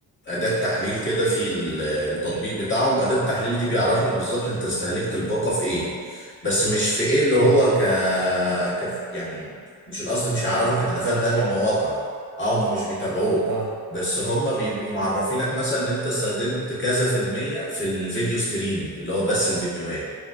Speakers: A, on the left; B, on the right.
A: أداة تحليل كده في ال- التطبيق بتاعهم أداة التحليل دي بيعرفك بالظبط أنت استهلكت الباقة في إيه بس مش في إيه اللي هو
B: اه
A: ك... ك... يعني مش القصد مش هيعرفك أنت دخلت
B: كمواقع
A: أنهي مواقع أه هما مش بيتابعوك
B: اه
A: بس هما بيبقوا معرفينك مثلا إن أنت استخدمت كذا في المية في الفيديو ستريمينج اللي هو بس الفيديوهات